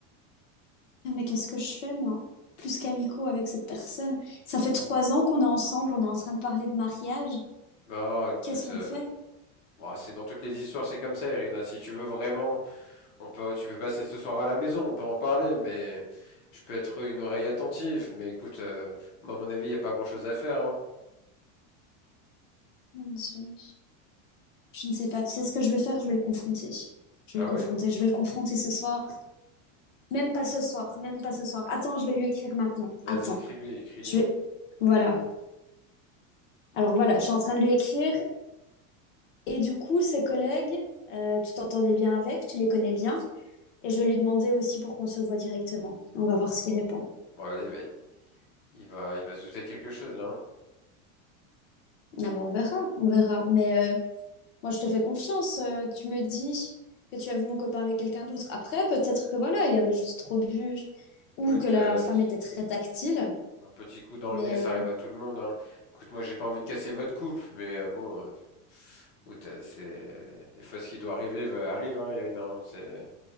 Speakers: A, on the left; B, on the left.
A: ah, mais qu'est-ce que je fais, moi? Plus qu'amicaux avec cette personne. Ça fait trois ans qu'on est ensemble, on est en train de parler de mariage.
B: Bah, écoute,
A: Qu'est-ce qu'on
B: euh,
A: fait?
B: bon, c'est dans toutes les histoires, c'est comme ça, Irina. Si tu veux vraiment, on peut, tu peux passer ce soir à la maison, on peut en parler, mais je peux être une oreille attentive. Mais écoute, euh, moi, à mon avis, il n'y a pas grand-chose à faire, hein.
A: Mon Dieu. Je ne sais pas. Tu sais ce que je vais faire? Je vais le confronter. Je vais
B: Ah
A: le confronter.
B: oui?
A: Je vais le confronter ce soir. Même pas ce soir. Même pas ce soir. Attends, je vais lui écrire maintenant.
B: Vas-y,
A: Attends.
B: écris-lui, écris-lui.
A: Je vais... Voilà. Alors voilà, je suis en train de lui écrire et du coup, ses collègues, euh, tu t'entendais bien avec, tu les connais bien et je vais lui demander aussi pour qu'on se voit directement. On va voir ce qu'il répond.
B: Bon, là, il va, il va, il va se douter de quelque chose, là. hein.
A: Ah ben, on verra, on verra. Mais euh, moi, je te fais confiance. euh, tu me dis que tu as vu mon copain avec quelqu'un d'autre. Après, peut-être que voilà, il avait juste trop bu ou
B: Peut-être.
A: que la femme était très tactile.
B: Un petit coup dans
A: Mais,
B: le nez, ça
A: euh,
B: arrive à tout le monde, hein. Écoute, moi, j'ai pas envie de casser votre couple, mais euh, bon, euh, Écoute, euh, c'est des fois ce qui doit arriver va- arrive, hein, Irina. hein. C'est